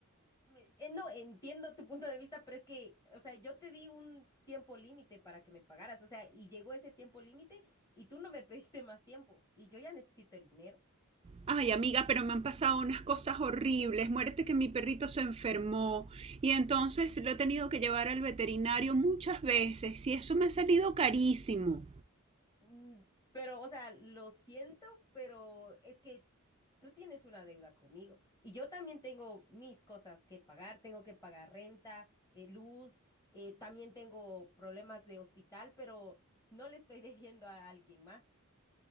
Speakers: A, on the left (about 20°); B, on the right (about 25°).
A: Me- eh, no, entiendo tu punto de vista, pero es que, o sea, yo te di un tiempo límite para que me pagaras, o sea, y llegó ese tiempo límite y tú no me <laughs> pediste más tiempo y yo ya necesito el dinero.
B: Ay, amiga, pero me han pasado unas cosas horribles. Muérete que mi perrito se enfermó y entonces lo he tenido que llevar al veterinario muchas veces y eso me ha salido carísimo.
A: Mm, Pero, o sea, lo siento, pero es que tú tienes una deuda conmigo y yo también tengo mis cosas que pagar, tengo que pagar renta, eh, luz, eh, también tengo problemas de hospital, pero no le estoy <laughs> debiendo a alguien más.